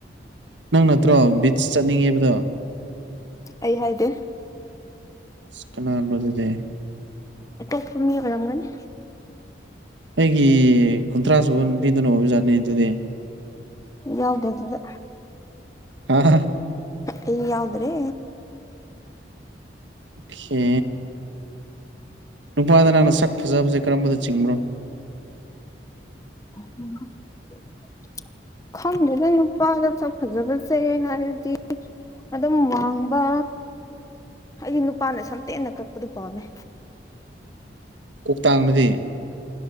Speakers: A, on the right; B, on the left.
A: ꯅꯪ ꯅꯠꯇ꯭ꯔꯣ ꯕꯤꯠꯁ ꯆꯠꯅꯤꯡꯉꯦ ꯍꯥꯏꯕꯗꯣ꯫
B: ꯑꯩ ꯍꯥꯏꯗꯦ꯫
A: ꯑꯁ ꯀꯅꯥꯅꯣ ꯑꯗꯨꯗꯤ꯫
B: ꯑꯇꯣꯞꯄ ꯃꯤ ꯑꯣꯏꯔꯝꯒꯅꯤ꯫
A: ꯑꯩꯒꯤ ꯀꯨꯟꯊ꯭ꯔꯥ ꯁꯨꯕ ꯅꯨꯄꯤꯗꯨꯅ ꯑꯣꯏꯕꯖꯥꯠꯅꯤ ꯑꯗꯨꯗꯤ꯫
B: ꯌꯥꯎꯗꯦ ꯑꯗꯨꯗ꯫
A: ꯍꯥꯍꯥꯍꯥ꯫
B: ꯑꯩ ꯌꯥꯎꯗ꯭ꯔꯦ꯫
A: ꯈꯦ ꯅꯨꯄꯥꯗ ꯅꯪꯅ ꯁꯛ ꯐꯖꯕꯁꯦ ꯀꯔꯝꯕꯗ ꯆꯤꯡꯕ꯭ꯔꯣ꯫
B: <unintelligible> ꯈꯪꯗꯦꯗ ꯅꯨꯄꯥꯗ ꯃꯁꯛ ꯐꯖꯕꯁꯦ ꯍꯥꯏꯔꯗꯤ ꯑꯗꯨꯝ ꯋꯥꯡꯕ ꯍꯥꯏꯗꯤ ꯅꯨꯄꯥꯅ ꯁꯝꯇꯦꯟꯅ ꯀꯛꯄꯗꯨ ꯄꯥꯝꯃꯦ
A: ꯀꯣꯛꯇꯥꯡꯕꯗꯤ